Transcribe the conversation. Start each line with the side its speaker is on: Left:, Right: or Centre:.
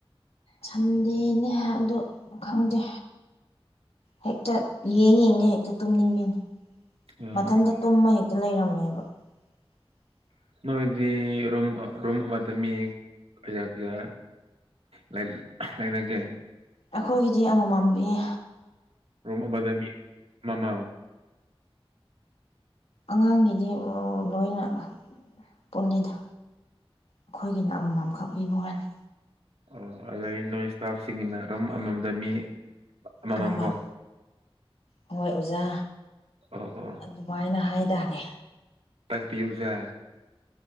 Left: ꯁꯟꯗꯦꯅꯦ ꯍꯥꯏꯕꯗ ꯈꯪꯗꯦ ꯍꯦꯛꯇ ꯌꯦꯡ ꯌꯦꯡꯗ ꯍꯦꯛꯇ ꯇꯨꯝꯅꯤꯡꯉꯦ
Right: ꯑꯥ
Left: ꯃꯊꯟꯇ ꯇꯨꯝꯃ ꯍꯦꯛꯇ ꯂꯩꯔꯝꯃꯦꯕ <unintelligible>
Right: ꯅꯣꯏꯗꯤ ꯔꯣꯝ ꯔꯣꯝ ꯑꯃꯗꯃꯤ ꯀꯌꯥ ꯀꯌꯥ ꯂꯩꯥꯏꯅ ꯀꯦ
Left: ꯑꯩꯈꯣꯏꯒꯤꯗꯤ ꯑꯃꯃꯝꯕꯤꯌꯦ
Right: ꯔꯣꯝ ꯑꯃꯗ ꯃꯤ ꯑꯃ ꯃꯝ
Left: ꯑꯉꯥꯡꯒꯤꯗꯤ ꯂꯣꯏꯅ ꯄꯨꯜꯂꯤꯗ ꯑꯩꯈꯣꯏꯒꯤꯅ ꯑꯃꯃꯝꯈꯛ ꯄꯤꯕ ꯋꯥꯅꯤ
Right: ꯑꯣ ꯑꯗꯩ ꯅꯣꯏ ꯏꯁꯇꯥꯐꯁꯤꯡꯒꯤꯅ ꯑꯗꯨꯝ ꯑꯃꯃꯝꯗ ꯃꯤ ꯑꯃꯃꯝꯀꯣ
Left: ꯑꯃꯃꯝ ꯍꯣꯏ ꯑꯣꯖꯥ
Right: ꯑꯣ ꯑꯣ
Left: ꯑꯗꯨꯃꯥꯏꯅ ꯍꯥꯏꯇꯥꯔꯦ
Right: ꯇꯥꯛꯄꯤꯌꯨꯖꯦ